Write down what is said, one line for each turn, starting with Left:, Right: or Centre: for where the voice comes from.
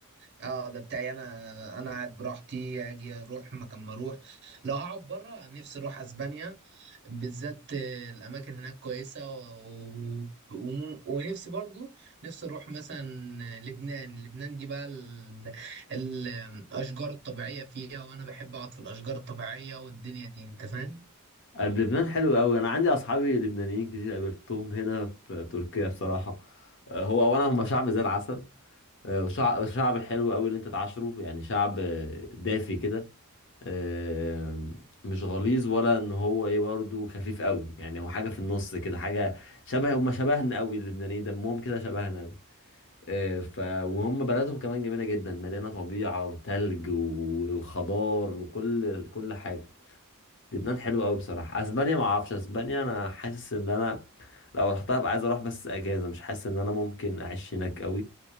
Right: اه ده بتاعي انا انا قاعد براحتي اجي اروح مكان ما اروح لو هقعد بره نفسي اروح اسبانيا بالذات آه، الاماكن هناك كويسه و... و... و... ونفسي برضو نفسي اروح مثلا لبنان لبنان دي بقى ال... ال- الاشجار الطبيعيه فيها وانا بحب اقعد في الاشجار الطبيعيه والدنيا دي انت فاهم
Left: قلب لبنان حلو قوي انا عندي اصحابي لبنانيين كتير قابلتهم هنا في تركيا بصراحه آه، هو اولا هم شعب زي العسل آه، وشع- وشعب حلو قوي اللي انت تعاشره يعني شعب آه، دافي كده آه، مش غليظ ولا ان هو ايه برضو خفيف قوي يعني هو حاجه في النص كده حاجه شبه هم شبهنا قوي اللبنانيين دمهم كده شبهنا آه، ف وهم بلدهم كمان جميله جدا مليانه طبيعه وتلج و- وخضار وكل كل حاجه لبنان حلو قوي بصراحه اسبانيا ما اعرفش اسبانيا انا حاسس ان انا لو رحتها ابقى عايز اروح بس اجازه مش حاسس ان انا ممكن اعيش هناك قوي